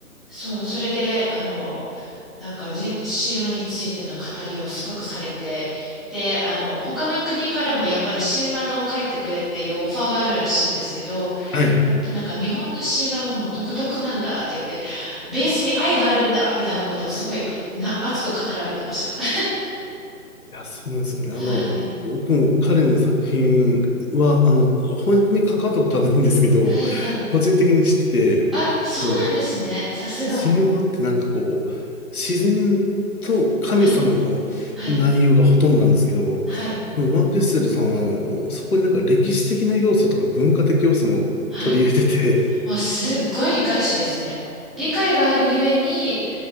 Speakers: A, in the centre; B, on the left.
A: そう、それで、あの、なんかじ、神話についての語りをすごくされて、で、あの、他の国からもやっぱり神話のを書いてくれっていうオファーがあるらしいんですけど、
B: はい。
A: やっぱなんか日本の神話ももう独特なんだって言って、ベースに愛があるんだみたいなことをすごいな熱く語られてました。<laughs>
B: いや、そうなんですよね。
A: はい。
B: あの、僕も彼の作品は、あの、翻訳に関わったことはないんですけど、
A: はいはい。
B: 個人的に知ってて、
A: あ、そうなんですね。
B: その、
A: さすが。
B: 神話ってなんかこう、自然と神様の内容がほとんどなんですけど、
A: はい。はい。はい。
B: このマーク・エッセルさんは、あの、そこになんか歴史的な要素とか文化的要素も取り入れてて、
A: はい。もうすっごい理解者ですね。理解があるゆえに、